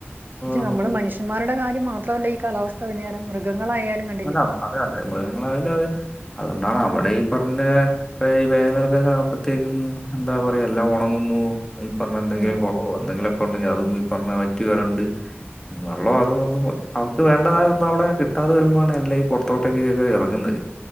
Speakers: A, on the right; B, on the left.
A: പക്ഷെ
B: നമുക്ക്
A: നമ്മള് മനുഷ്യന്മാരുടെ കാര്യം മാത്രമല്ല ഈ കാലാവസ്ഥ വ്യതിയാനം മൃഗങ്ങളായാലും ങ്ങ
B: അല്ല അതെ അതെ. മൃഗങ്ങളായാലും അതെ അതൊണ്ടാണ് അവിടെ ഈ പറഞ്ഞ ഇപ്പ ഈ വേനൽകാല ആവുമ്പത്തേക്കും എന്താ പറയാ എല്ലാം ഒണങ്ങുന്നു. ഈ പറഞ്ഞ എന്തെങ്കിലും
A: ഉം
B: കൊളോ എന്തെങ്കിലൊക്കെ ഉണ്ടെങ്കി അതും ഈ പറഞ്ഞ വറ്റി വരണ്ട് വെള്ളോ അത് ഒന്നും അവർക്ക് വേണ്ടതായ ഒന്നും അവിടെ കിട്ടാതെ വരു മ്പാണ് എല്ലാംഈ പൊറത്തോട്ടൊക്കെക്കെ എറങ്ങുന്ന്.